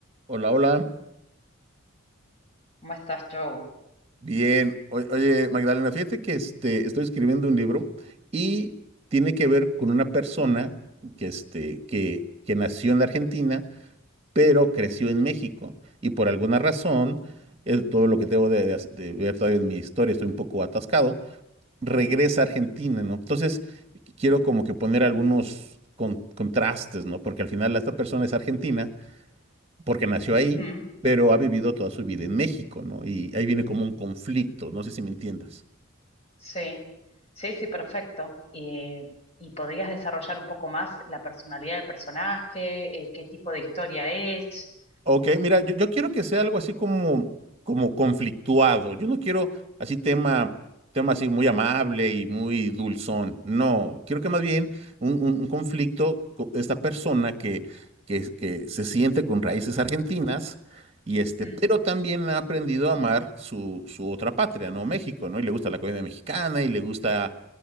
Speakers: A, on the right; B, on the left.
A: Hola, hola.
B: ¿Cómo estás, Joe?
A: Bien. O- oye, Magdalena, fíjate que este, estoy escribiendo un libro y tiene que ver con una persona que, este, que, que nació en la Argentina, pero creció en México. Y por alguna razón, es todo lo que tengo de, de hac- de ver todavía en mi historia, estoy un poco atascado, regresa a Argentina, ¿no? Entonces, qu- quiero como que poner algunos con- contrastes, ¿no? Porque al final esta persona es argentina porque nació ahí,
B: Mm,
A: pero ha vivido toda su vida en México, ¿no? Y ahí viene como un conflicto, no sé si me entiendas.
B: sí, sí, sí, perfecto. Eh, ¿y podrías desarrollar un poco más la personalidad del personaje? Eh, ¿qué tipo de historia es?
A: Ok, mira, yo, yo quiero que sea algo así como, como conflictuado. Yo no quiero así tema, tema así muy amable y muy dulzón. No, quiero que más bien un, un- un conflicto con esta persona que, que, que se siente con raíces argentinas y este,
B: Mm,
A: pero también ha aprendido a amar su, su otra patria, ¿no? México, ¿no? Y le gusta la comida mexicana y le gusta